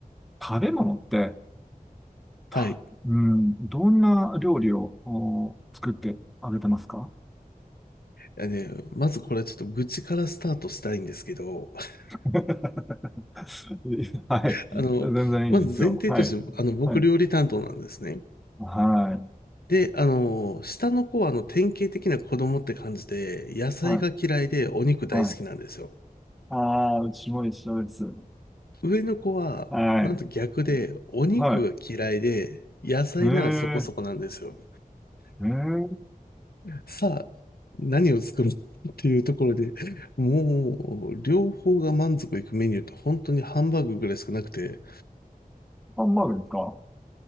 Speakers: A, in the centre; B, on the left.
A: 食べ物って、たうん、
B: はい。
A: どんな料理をお作ってあげてますか
B: あね、まずこれはちょっと愚痴からスタートしたいんですけど、<laughs>
A: <laughs> はい。
B: あの、
A: 全然いいですよ。
B: まず前提として、
A: はい。
B: あの、僕料理担当なんですね。
A: はい。はい。
B: で、あの、下の子はあの、典型的な子供って感じで、野菜が嫌いでお肉大好きなんですよ。
A: はい。はい。ああ、うちも一緒です。
B: 上の子は、
A: はい。
B: なんと逆で、お肉が嫌いで、
A: はい。
B: 野菜ならそこそこなんですよ。
A: ええ、ええ、
B: さあ、何を作るっていうところで、もう、両方が満足いくメニューって本当にハンバーグぐらいしかなくて、
A: ハンバーグですか。